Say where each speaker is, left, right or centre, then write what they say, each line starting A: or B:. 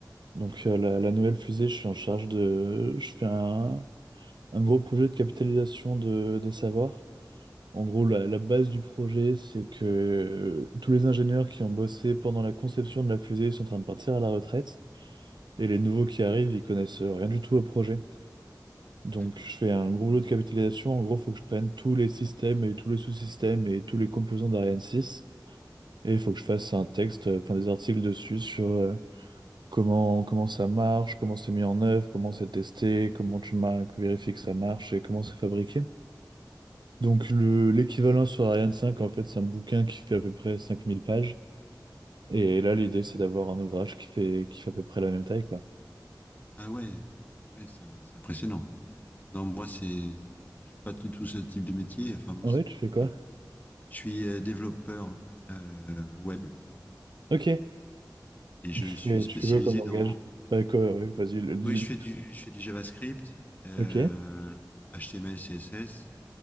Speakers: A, on the right (about 80°); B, on the left (about 25°).
A: Donc euh, la, la nouvelle fusée, je suis en charge de, je fais un, un gros projet de capitalisation de, des savoirs. En gros, la, la base du projet, c'est que euh, tous les ingénieurs qui ont bossé pendant la conception de la fusée sont en train de partir à la retraite, et les nouveaux qui arrivent, ils connaissent euh, rien du tout au projet. Donc,
B: D'accord.
A: je fais un gros boulot de capitalisation. En gros, il faut que je prenne tous les systèmes et tous les sous-systèmes et tous les composants d'Ariane six Et il faut que je fasse un texte, euh, enfin des articles dessus sur euh, comment, comment ça marche, comment c'est mis en œuvre, comment c'est testé, comment tu mar- vérifies que ça marche et comment c'est fabriqué. Donc, le, l'équivalent sur Ariane cinq en fait, c'est un bouquin qui fait à peu près 5000 pages. Et là, l'idée, c'est d'avoir un ouvrage qui fait, qui fait à peu près la même taille, quoi.
B: Ah ouais, ouais, c'est un- c'est impressionnant. Non, moi c'est, je suis pas du tout ce type de métier. Enfin moi
A: Ah
B: c'est
A: ouais, tu
B: beaucoup
A: fais
B: plus.
A: quoi?
B: Je suis euh, développeur euh, web
A: Ok.
B: et je
A: Tu fais,
B: suis
A: tu
B: spécialisé
A: fais quoi comme langage?
B: dans.
A: Euh, quoi, ouais, vas-y, le dis.
B: Oui, je fais du, je fais du JavaScript, euh,
A: Ok.
B: Ok. HTML, CSS